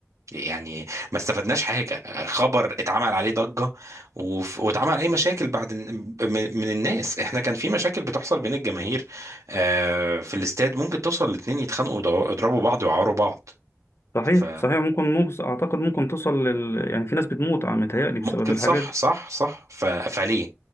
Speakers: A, on the right (about 75°); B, on the left (about 55°).
A: يعني ما استفدناش حاجه خبر اتعمل عليه ضجه وف- واتعمل عليه مشاكل بعد من من الناس احنا كان في مشاكل بتحصل بين الجماهير آه، في الاستاد ممكن توصل الاتنين يتخانقوا ويضربوا بعض ويعوروا بعض
B: صحيح
A: ف
B: صحيح ممكن ممكن اعتقد ممكن توصل لل... يعني في ناس بتموت عم متهيألي بسبب
A: ممكن
B: الحاجات
A: صح
B: دي
A: صح صح ف... فليه